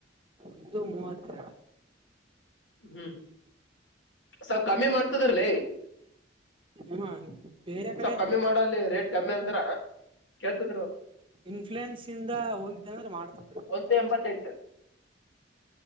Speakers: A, on the right; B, on the left.
A: ಒಂದು ಮೂವತ್ತೆರಡು
B: ಹ್ಮ್ ಸ್ವಲ್ ಕಮ್ಮಿ ಮಾಡ್ತದ್ರಲಿ
A: ಹ್ಮ ಬೇರೆ ಕಡೆ
B: ಸ್ವ ಕಮ್ಮಿ ಮಾಡಲ್ಲಿ ರೇಟ್ ಕಮ್ಮಿ ಅಂದ್ರ ಕೇಳ್ತದ್ರ ಅವರು
A: ಇನ್ಫ್ಲೂಯೆನ್ಸ್ ಇಂದ ಹೋಗಿದ್ದ ಅಂದ್ರೆ ಮಾಡ್ತಿದ್ರು
B: ಒಂದು ಎಂಬತ್ತೆಂಟು